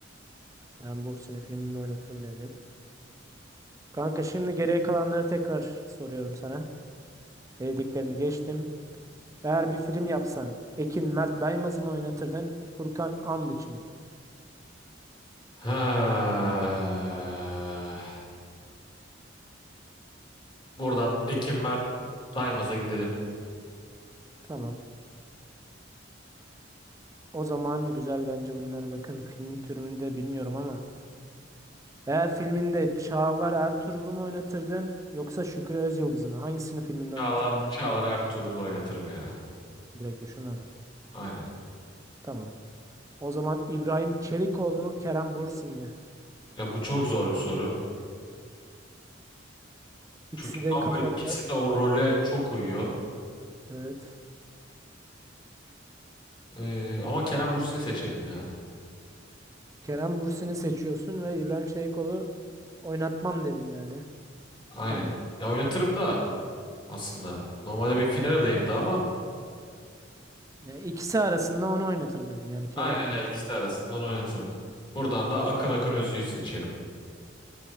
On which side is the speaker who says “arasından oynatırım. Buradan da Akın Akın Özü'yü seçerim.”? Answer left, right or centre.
Left